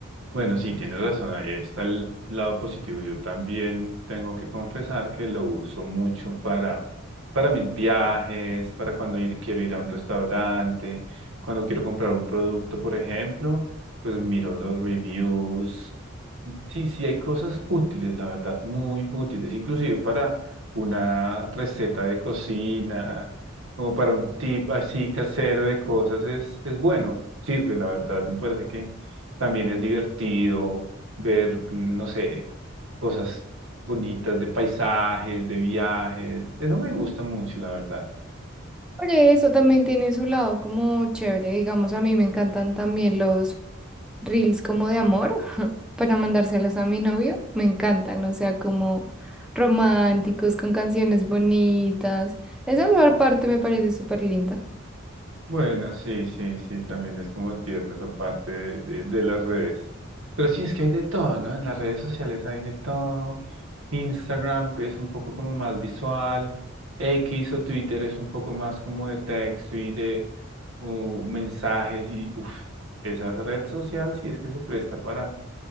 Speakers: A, on the right (about 75°); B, in the centre.
A: Bueno, sí, tienes razón, ahí está el lado positivo. Yo también tengo que confesar que lo uso mucho para, para mis viajes, para cuando ir- quiero ir a un restaurante, cuando quiero comprar un producto, por ejemplo, pues miro los reviews. Sí, sí, hay cosas útiles, la verdad, muy útiles, inclusive para una receta de cocina, como para un tip así casero de cosas, es, es bueno, sirve, la verdad, me parece que también es divertido ver, no sé, cosas bonitas de paisajes, de viajes. Eso me gusta mucho, la verdad.
B: Por eso también tiene su lado como chévere, digamos, a mí me encantan también los reels como de amor. para mandárselos a mi novio, me encantan, o sea, como románticos, con canciones bonitas. Esa mejor parte me parece súper linda.
A: Bueno, sí, sí, sí, también es como tierno esa parte de, de- de las redes. Pero sí, es que hay de todo, ¿no? En las redes sociales hay de todo. Instagram es un poco como más visual. X o Twitter es un poco más como de texto y de uh, mensajes y uf, esa red social sí es que se presta para